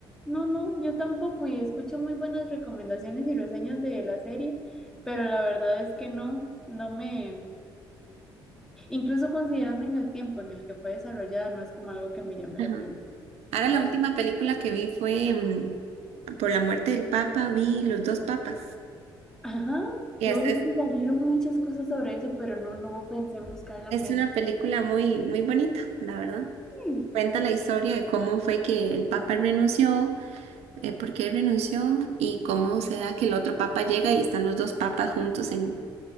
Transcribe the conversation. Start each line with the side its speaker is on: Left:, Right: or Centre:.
Centre: No, no, yo tampoco y escucho muy buenas recomendaciones y reseñas de la serie, pero la verdad es que no, no me, incluso considerando en el tiempo en el que fue desarrollada, no es como algo que me llame
Right: Ajá.
Centre: la atención.
Right: Ahora
Centre: No,
Right: la última
Centre: sé.
Right: película que vi fue mm, por la muerte del Papa, vi Los dos Papas.
Centre: ajá, yo
Right: Y esa
Centre: vi
Right: es,
Centre: que salieron muchas cosas sobre eso, pero no, no pensé en buscar la
Right: es
Centre: peli.
Right: una película muy, muy bonita, la verdad.
Centre: Mm,
Right: Cuenta la historia de cómo fue que el Papa renunció eh, por qué renunció y cómo se da que el otro papa llega y están los dos papas juntos en,